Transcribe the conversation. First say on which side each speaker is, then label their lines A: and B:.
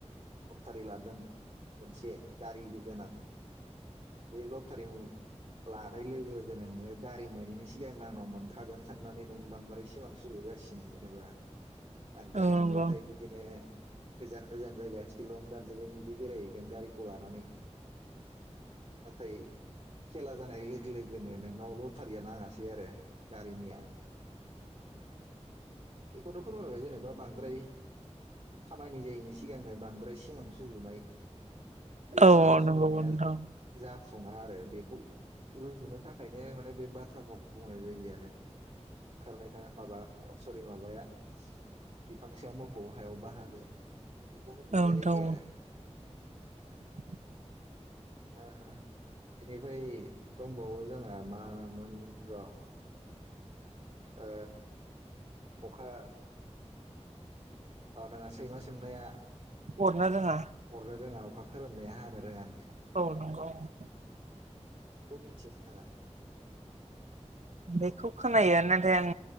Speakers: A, on the right; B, on the right.
A: लटारि लादों मोनसे गारि गोनां बे लथारि लानाय लोगो लोगोनो नोङो गारि मोनैनि सिगांनो आंनाव मोनखागोन साननानै नों बांद्राय सिमां सुजुगासिनो जेनेबा आं गारि
B: औ नंगौ
A: मोनबाथाय बिदिनो गोजान गोजान जायगा शिलं दार्जिलिं बिदि बेरायहैगोन गारिखौ लानानै नाथाय खेला जानाय लोगो लोगोनो नोंनाव लटारिया नाङासै आरो गारिनिया बेखौनो फोरमायबाय जेनेबा बांद्राय खामानाय जायिनि सिगांनो बांद्राय सिमां सुजुनाय बे
B: औ
A: सिमां
B: औ
A: सुजुनाया
B: नंगौ नोंथां
A: जाफुङा आरो बेखौ रुजुनो थाखायनो माने बे बाथ्रा फावखौ बुंनाय जायो आरो। ओंखारनाय माबा सरि माबाया बिफां सायाव मोफौ हायाव बाहागो होनना बेखौनो बुंनाय
B: औ नोंथां
A: जायो
B: औ
A: आरो।
B: <inaudible>
A: ओ बेनिफ्राय दंबावो जोंहा मामोन र' ओ अखा अ नोङा सैमा सोंनाया
B: अरनो रोङा
A: अरनो रोङा अखा खोरोमनाया हानो रोङा होननाया
B: औ नंगौ नोंथां
A: बेखौ मिथियो नोंथाङा?
B: बेखौ खोनायो नाथाय आं